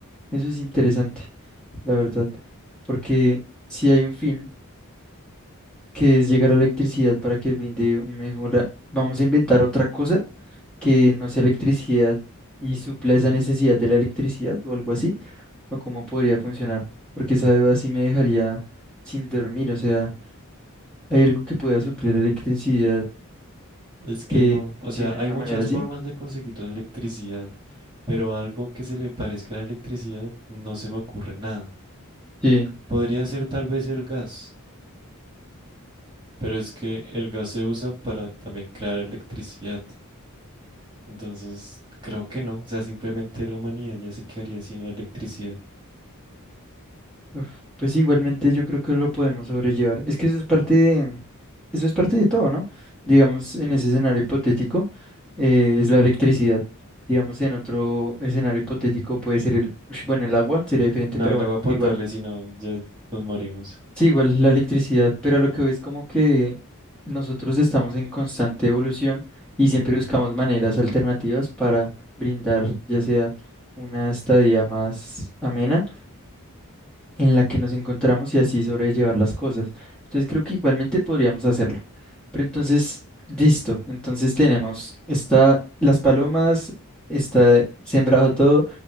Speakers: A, in the centre; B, on the right.
A: Eso es interesante, la verdad, porque si hay un fin que es llegar a la electricidad para que brinde un mejora, vamos a inventar otra cosa que no sea electricidad y supla esa necesidad de la electricidad o algo así. o cómo podría funcionar, porque esa duda sí me dejaría sin dormir, o sea, ¿hay algo que pueda suplir la electricidad
B: Es que
A: que
B: no,
A: funcione
B: o sea,
A: de
B: hay
A: una
B: muchas
A: manera así?
B: formas de conseguir la electricidad, pero algo que se le parezca a la electricidad no se me ocurre nada.
A: Sí,
B: Podría ser tal vez el gas, pero es que el gas se usa para también crear electricidad. Entonces, creo que no. O sea, simplemente la humanidad ya se quedaría sin la electricidad.
A: uf, pues igualmente yo creo que lo podemos sobrellevar. Es que eso es parte de, eso es parte de todo, ¿no? Digamos, en ese escenario hipotético eh, es la electricidad. Digamos, en otro escenario hipotético puede ser el, ush, bueno, el agua sería diferente,
B: No
A: pero
B: el
A: bueno,
B: agua potable,
A: igual.
B: sino ya nos morimos.
A: Sí, igual la electricidad, pero a lo que voy es como que nosotros estamos en constante evolución y siempre
B: Ujú.
A: buscamos maneras alternativas para brindar ya sea una estadía más amena en la que nos encontramos y así sobrellevar las cosas. Entonces creo que igualmente podríamos hacerlo. Pero entonces, listo, entonces tenemos, está las palomas, está sembrado todo,